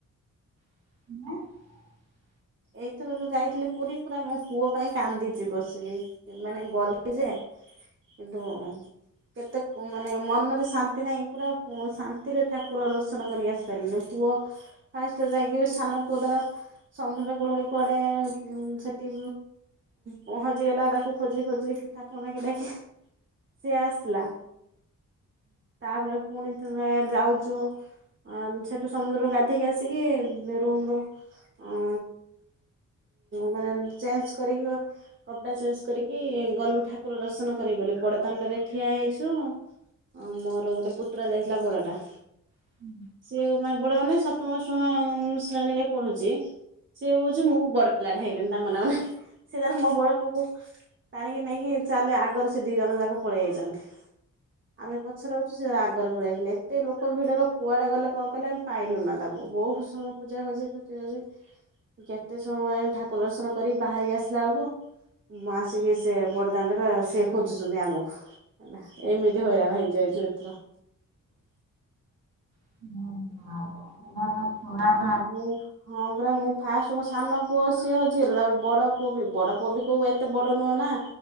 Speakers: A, on the right; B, on the right.
A: <inaudible>
B: ଏଇଥର ଯୋଉ ଯାଇଥିଲି ପୁରୀ ପୁରା ମୋ ପୁଅ ପାଇଁ କାନ୍ଦିଛି ବସିକି। ମାନେ ଗଲି ଯେ ତ କେତେ ମାନେ ମନରେ ଶାନ୍ତି ନାହିଁ ପୁରା ଶାନ୍ତିରେ ଠାକୁର ଦର୍ଶନ କରିକି ଆସିପାରିଲିନି। ପୁଅ ଫାଷ୍ଟ ଯାଇକି ସାନ ପୁଅଟାର ସମୁଦ୍ର କୂଳରେ କୁଆଡେ ସେଠି ପହଁଞ୍ଚିଗଲା ତାକୁ ଖୋଜି ଖୋଜି କଥା ପଣକିଲ କି ସିଏ ଆସିଲା ତାପରେ ପୁଣି ଥରେ ଯାଉଛୁ। ଅ ସେଠୁ ସମୁଦ୍ରରୁ ଗାଧେଇକି ଆସିକି ରୁମରୁ ଅ ମାନେ ଚେଞ୍ଜ କରି କପଡା ଚେଞ୍ଜ କରିକି ଗଲୁ ଠାକୁ ଠାକୁର ଦର୍ଶନ କରିବ ବୋଲି ବଡ ଦାଣ୍ଡରେ ଠିଆ ହେଇଛୁ। ହଁ ମୋର ଗୋଟେ ପୁତୁରା ଯାଇଥିଲା ବଡଟା।
A: ହୁଁ।
B: ସିଏ ବଡ ମାନେ ସତମ ଅଷ୍ଟମ ଶ୍ରେଣୀରେ ପଢୁଛି ସିଏ କହୁଛି ମୁଁ ବଡ ପିଲାଟା ହେଇଲେଣି ତା ମନେ ମନେ ସେ ତାର ମୋ ବଡ ପୁଅକୁ ଟାଣିକି ନେଇକି ଚାଲେ ଆଗରେ ସେ ଦି ଜଣ ଯାକ ପଳେଇ ଆଇଛନ୍ତି ଆମେ ପଛରେ ଅ ସେ ଆଗରେ ପଳେଇଗଲେ। ଏତେ ଲୋକ ଭିଡ଼ର କୁଆଡ଼େ ଗଲେ କଣ କଲେ ଆମେ ପାଇଲୁ ନା ତାଙ୍କୁ ବହୁତ ସମୟ ଖୋଜା ଖୋଜି ଆମ ସେଠ କେତେ ସମୟ ଆ ଠାକୁର ଦର୍ଶନ କରିକି ବାହାରିକି ଆସିଲା ବେଳକୁ ମୁଁ ଆସିକି ସେ ବ ଦାଣ୍ଡରେ ସେଏ ଖୋଜୁଛନ୍ତି ଆମକୁ ଏମିତି ହଇରାଣ ହେଇଯାଇଛୁ ଏଥର।
A: ହୁଁ ହଁ ହଁ।
B: ମୁଁ ହଁ ପରା ମୁଁ ଫାଷ୍ଟ୍ ମୋ ସାନ ପୁଅ ସିଏ ହଜି ଗଲା ତା ବଡ ପୁଅ ବି ବଡ ପୁଅ ବି କୋଉ ଏତେ ବଡ ନୁହେଁ ନା।